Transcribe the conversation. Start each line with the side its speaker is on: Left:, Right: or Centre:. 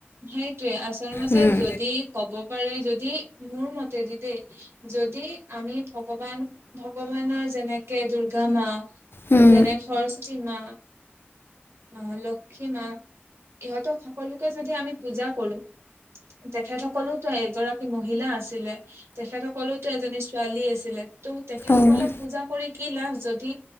Right: সেইটোৱে আচলমতে
Left: উম
Right: যদি ক'ব পাৰে, যদি মোৰ মতে দেই। যদি আমি ভগৱান, ভগৱানৰ যেনেকে দূৰ্গা মা
Left: উম
Right: যেনে সৰস্বতী মা আহ লক্ষী মা ইহঁত সকলো যদি আমি পূজা কৰো, তেখেত সকলোতো এগৰাকী মহিলা আছিলে তেখেতসকললেতো এজনী ছোৱালী আছিলে ত' তেখেতসকলক
Left: উম অ
Right: পূজা কৰি কি লাভ যদি